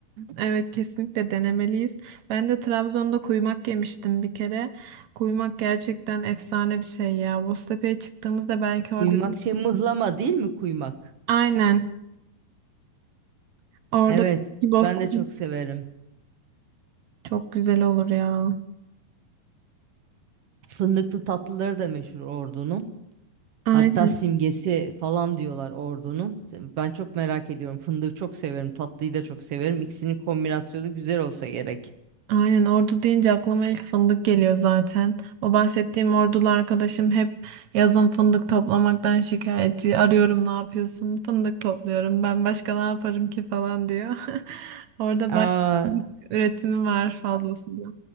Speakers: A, on the right; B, on the right.
A: Evet kesinlikle denemeliyiz. Ben de Trabzon'da kuymak yemiştim bir kere. Kuymak gerçekten efsane bir şey ya. Boztepe'ye çıktığımızda belki
B: Kuymak
A: orada
B: şey mıhlama değil mi kuymak?
A: aynen orada
B: Evet,
A: bir Boztepe
B: ben de çok severim.
A: çok güzel olur ya.
B: Fındıklı tatlıları da meşhur Ordu'nun.
A: Aynen.
B: Hatta simgesi falan diyorlar Ordu'nun. Ben çok merak ediyorum. Fındığı çok severim, tatlıyı da çok severim. İkisinin kombinasyonu güzel olsa gerek.
A: Aynen ordu deyince aklıma ilk fındık geliyor zaten. O bahsettiğim ordulu arkadaşım hep yazın fındık toplamaktan şikayetçi. Arıyorum ne yapıyorsun? Fındık topluyorum. Ben başka ne yaparım ki falan diyor. <laughs> Orada
B: Aa,
A: bayağı fındık üretimi var fazlasıyla.